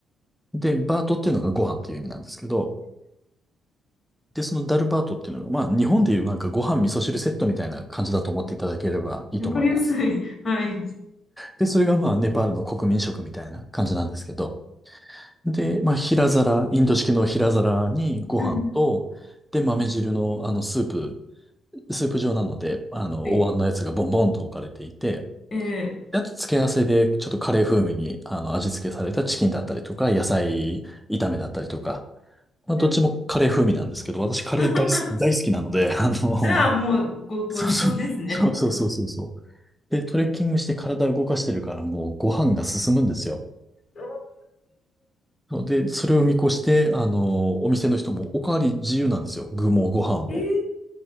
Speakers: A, in the centre; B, on the left (about 40°).
A: で、バートっていうのがご飯っていう意味なんですけど、で、そのダルバートっていうのが、まあ、日本でいうなんかご飯味噌汁セットみたいな感じだと思っていただければいいと思います。
B: わかりやすい。はい。
A: で、それがまあ、ネパールの国民食みたいな感じなんですけど。で、まあ、平皿、インド式の平皿にご飯と、
B: うん。
A: で、豆汁のあの、スープ、スープ状なので、あの、
B: はい。
A: お椀のやつがボンボンと置かれていて、
B: え
A: であと、付け合わせで、ちょっとカレー風味に、あの、味付けされたチキンだったりとか、野菜炒めだったりとか、まあ、
B: え
A: どっちもカレー風味なんですけど、私カレー大好き、
B: <laughs>
A: 大好きなので、あの、
B: じゃあもうご、ごちそうですね。
A: そうそう。そうそうそうそうそう。で、トレッキングして体を動かしてるからもうご飯が進むんですよ。
B: <laughs>
A: そうで、それを見越して、あの、お店の人もおかわり自由なんですよ。具もご飯も。
B: えー、い